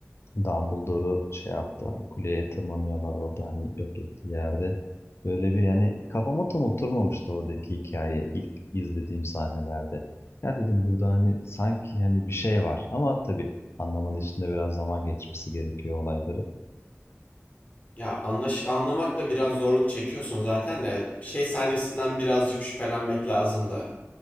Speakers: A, on the left (about 55°); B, on the left (about 30°).
A: Dumbledore'u şey yaptı hani kuleye tırmanıyorlar orada hani yok ettiği yerde. Böyle bir yani kafama tam oturmamıştı oradaki hikaye ilk izlediğim sahnelerde. Ya dedim burada hani sanki hani bir şey var ama tabii anlamanın içinde biraz zaman geçmesi gerekiyor olayları.
B: Ya anlaş anlamak da biraz zorluk çekiyorsun zaten de şey sahnesinden birazcık şüphelenmek lazım da.